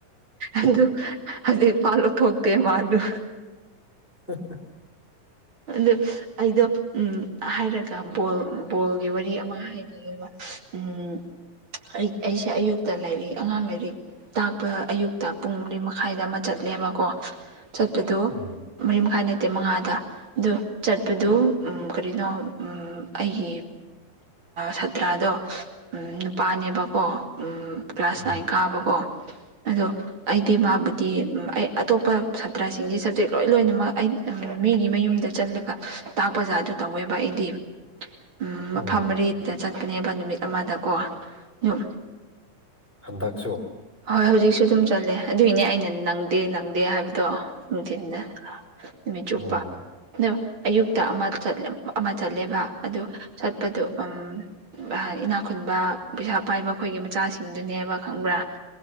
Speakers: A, on the right; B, in the centre.
A: ꯑꯗꯨ ꯍꯧꯖꯤꯛ ꯐꯥꯎ ꯂꯧꯊꯣꯛꯇꯦ ꯃꯥꯗꯨ
B: <unintelligible>
A: ꯑꯗꯨ ꯑꯩꯗꯣ ꯎꯝ ꯍꯥꯏꯔꯒ ꯕꯣꯜ ꯕꯣꯜꯒꯤ ꯋꯥꯔꯤ ꯑꯃ ꯍꯥꯏꯕꯤꯒꯦꯕ ꯎꯝ ꯑꯩ ꯑꯩꯁꯦ ꯑꯌꯨꯛꯇ ꯂꯥꯏꯔꯤꯛ ꯑꯉꯥꯡ ꯂꯥꯏꯔꯤꯛ ꯇꯥꯛꯄ ꯑꯌꯨꯛꯇ ꯄꯨꯡ ꯃꯔꯤ ꯃꯈꯥꯏꯗ ꯑꯃ ꯆꯠꯂꯦꯕꯀꯣ ꯆꯠꯄꯗꯨ
B: ꯎꯝ
A: ꯃꯔꯤ ꯃꯈꯥꯏ ꯅꯠꯇꯦ ꯃꯉꯥꯗ ꯗꯨ ꯆꯠꯄꯗꯨ ꯀꯔꯤꯅꯣ ꯑꯩꯒꯤ ꯁꯥꯇ꯭ꯔꯥꯗꯣ ꯅꯨꯄꯥꯅꯦꯕꯀꯣ ꯀ꯭ꯂꯥꯁ
B: ꯎꯝ
A: ꯅꯥꯏꯟ ꯀꯥꯕꯀꯣ ꯑꯗꯣ ꯑꯩꯗꯤ ꯃꯥꯕꯨꯗꯤ ꯑꯩ ꯑꯇꯣꯞꯄ ꯁꯥꯇ꯭ꯔꯥꯁꯤꯡꯗꯤ ꯁꯕꯖꯦꯛ ꯂꯣꯏ ꯂꯣꯏꯅꯃꯛ ꯑꯩ ꯃꯤꯒꯤ ꯃꯌꯨꯝꯗ ꯆꯜꯂꯒ ꯇꯥꯛꯄ ꯖꯥꯠ ꯇꯨ ꯇꯧꯋꯦꯕ ꯑꯩꯗꯤ ꯎ
B: ꯎꯝ
A: ꯃꯐꯝ ꯃꯔꯤ ꯗ ꯆꯠꯄꯅꯦꯕ ꯅꯨꯃꯤꯠ ꯑꯃꯗꯀꯣ ꯌꯨꯝ
B: ꯍꯟꯗꯛꯁꯨ
A: ꯍꯣꯏ ꯍꯧꯖꯤꯛꯁꯨ ꯑꯗꯨꯝ ꯆꯠꯂꯦ ꯑꯗꯨꯏꯅꯦ ꯑꯩꯅ ꯅꯪꯗꯦ ꯅꯪꯗꯦ ꯍꯥꯏꯕꯗꯣ ꯅꯨꯡꯊꯤꯟꯗ ꯅꯨꯃꯤꯠ
B: ꯎꯝ
A: ꯆꯨꯞꯄ ꯑꯗꯣ ꯑꯌꯨꯛꯇ ꯑꯃ ꯑꯃ ꯆꯠꯂꯦꯕ ꯑꯗꯨ ꯆꯠꯄꯗꯣ ꯎꯝ ꯏꯅꯥꯛ ꯈꯨꯨꯟꯕ ꯄꯩꯁꯥ ꯄꯥꯏꯕ ꯈꯣꯏꯒꯤ ꯃꯆꯥꯁꯤꯡꯗꯨꯅꯦꯕ ꯈꯪꯕ꯭ꯔꯥ